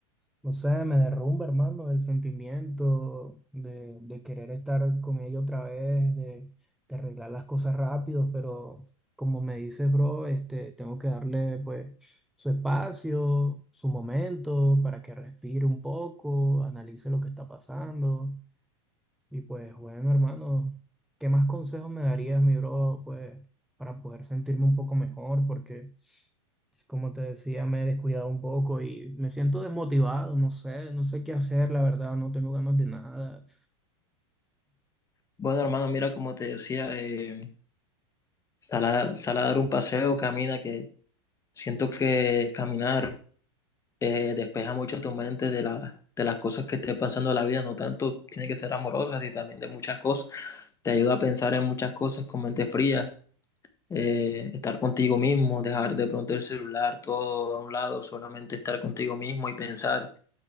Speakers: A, in the centre; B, on the left.
A: no sé, me derrumba, hermano, el sentimiento de, de querer estar con ella otra vez, de, de arreglar las cosas rápido, pero como me dices, bro, este, tengo que darle pues su espacio, su momento para que respire un poco, analice lo que está pasando. Y pues bueno, hermano, ¿qué más consejos me darías, mi bro, pues para poder sentirme un poco mejor? Porque, s- como te decía, me he descuidado un poco y me siento desmotivado, no sé, no sé qué hacer, la verdad, no tengo ganas de nada.
B: Bueno, hermano, mira, como te decía, eh, sal a, sal a dar un paseo, camina, que siento que caminar eh, despeja mucho tu mente de, la- de las cosas que estés pasando en la vida, no tanto tiene que ser amorosas y también de muchas cosas. Te ayuda a pensar en muchas cosas con mente fría, eh, estar contigo mismo, dejar de pronto el celular todo a un lado, solamente estar contigo mismo y pensar.